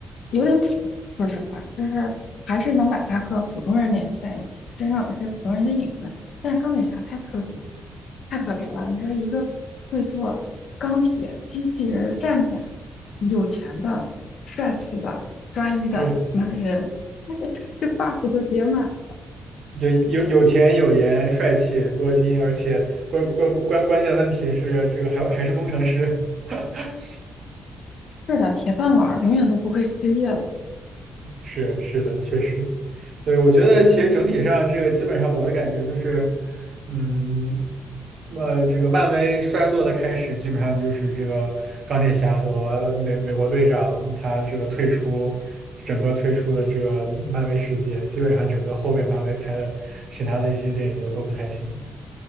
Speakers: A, on the left (about 70°); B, on the right (about 60°).
A: 有点普，说实话，就是还是能把他和普通人联系在一起，身上有些普通人的影子。但是钢铁侠太特别，太特别了。你说一个会做钢铁机器人儿战甲的有钱的、帅气的、专一的男人，
B: 是。
A: <laughs> 这 buff 就叠满，
B: 就有有钱有颜帅气多金，而且关关关关键问题是这个还还是工程师，<laughs>
A: 这点铁饭碗儿永远都不会失业的。
B: 是是的，确实，对，我觉得其实整体上这个基本上我的感觉就是，
A: 对对对
B: 嗯，呃，这个漫威衰落的开始基本上就是这个钢铁侠和美美国队长他这个退出，整个退出了这个漫威世界，基本上整个后边漫威拍的其他的一些电影就都不太行。